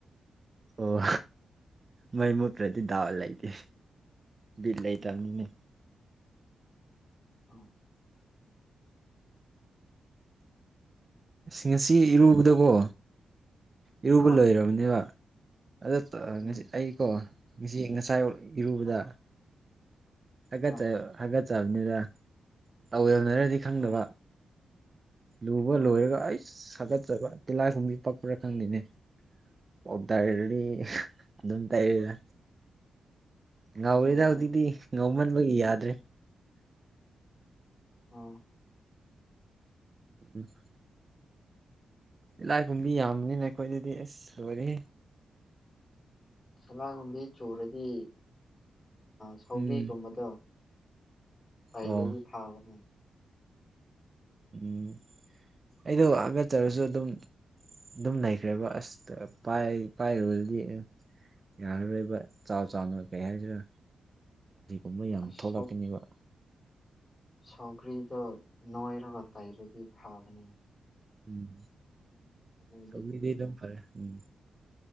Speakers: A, on the right; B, on the left.
A: ꯑꯣ ꯃꯥꯏꯃ ꯄ꯭ꯔꯗꯤ ꯗꯥꯥꯋꯥꯜ ꯂꯩꯏꯇ ꯕꯤꯜ ꯂꯩ
B: ꯎꯝ
A: ꯇꯅꯤ
B: ꯑ
A: ꯉꯁꯤ ꯏꯔꯨꯕꯗꯀꯣ ꯏꯔꯨꯕ
B: ꯍꯣꯏ
A: ꯂꯣꯏꯔꯕꯅꯦꯕ ꯑꯗ
B: ꯎꯝ
A: ꯉꯁꯤ ꯑꯩꯀꯣ ꯉꯁꯤ ꯉꯁꯥꯏ ꯏꯔꯨꯕꯗ
B: ꯍꯣꯏ
A: ꯀꯠꯆ
B: ꯍꯣꯏ
A: ꯍꯥꯀꯠꯆꯕꯅꯤꯗ ꯇꯧ ꯌꯧꯅꯔꯗꯤ ꯈꯪꯗꯕ
B: ꯑꯁ
A: ꯂꯨꯕ
B: ꯑꯣ
A: ꯂꯣꯏꯔꯒ ꯑꯩ ꯁꯥꯒꯠꯆꯕ ꯇꯤꯜꯍꯥꯏꯈꯨꯝꯕꯤ ꯄꯛꯄꯔꯥ ꯈꯪꯗꯦꯅꯦ ꯄꯞ ꯇꯔꯔꯤ ꯑꯗꯨꯝ ꯇꯔꯤꯗ ꯉꯥꯎꯔꯤꯦꯗ
B: ꯑꯣ
A: ꯍꯧꯖꯤꯛꯇꯤ ꯉꯥꯎꯃꯟꯕꯒꯤ ꯌꯥꯗ꯭ꯔꯦ
B: ꯑꯣ
A: ꯎꯝ ꯂꯥꯏ ꯀꯨꯝꯕꯤ ꯌꯥꯝꯕꯅꯤꯅ ꯑꯩꯈꯣꯏꯗꯗꯤ ꯑꯁ ꯁꯣꯔꯤ
B: ꯁꯂꯥꯒꯨꯝꯕꯤ ꯆꯨꯔꯗꯤ ꯁꯧꯔꯤꯒꯨꯝꯕꯗꯣ
A: ꯎꯝ
B: ꯇꯥꯏꯔꯗꯤ
A: ꯑꯣ
B: ꯐꯥꯕꯅꯦ
A: ꯎꯝ ꯑꯩꯗꯣ ꯍꯥꯒꯠꯆꯔꯁꯨ ꯑꯗꯨꯝ ꯑꯗꯨꯝ ꯂꯩꯈ꯭ꯔꯦꯕ ꯑꯁꯇ ꯄꯥꯏꯔꯨꯕꯗꯨꯗꯤ ꯌꯥꯔꯔꯣꯏꯕ ꯆꯥꯎ ꯆꯥꯎꯅ ꯀꯩ ꯍꯥꯏꯁꯤꯔ ꯨꯝꯕ ꯌꯥꯝ
B: ꯑꯁ
A: ꯊꯣꯛꯂꯛꯀꯅꯦꯕ
B: ꯁꯧꯒ꯭ꯔꯤꯗꯣ ꯅꯣꯏꯔꯒ ꯇꯩꯔꯗꯤ ꯐꯕꯅꯤ
A: ꯎꯝ
B: ꯃꯣꯏꯗꯤ
A: ꯁꯧꯂꯤꯗꯤꯗꯝ ꯐꯔꯦ ꯎꯝ